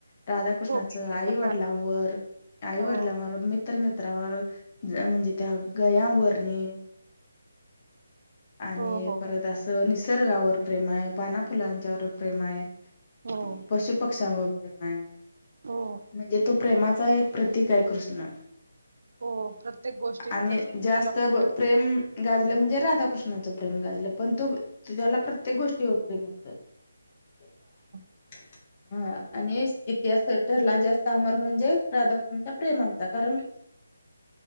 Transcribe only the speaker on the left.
राधाकृष्णाचं
आईवडिलांवर आई
वडिलांवर मी इतर मित्रावर म्हणजे त्या गयावरणी आणि
परत असं निसर्गावर प्रेम आहे पाना, फुलांच्यावर प्रेम आहे.
पशु पक्ष्यांवर प्रेम आहे
म्हणजे तो प्रेमाचा एक प्रतीक आहे कृष्ण.
आणि
जास्त
ब
प्रेम गाजलं म्हणजे राधाकृष्णाचं प्रेम गाजलं पण तो त्याला प्रत्येक गोष्ट <unintelligible>
हा आणि इतिहासत ठरला जास्त अमर म्हणजे राधाकृष्णाचा प्रेम म्हणता कारण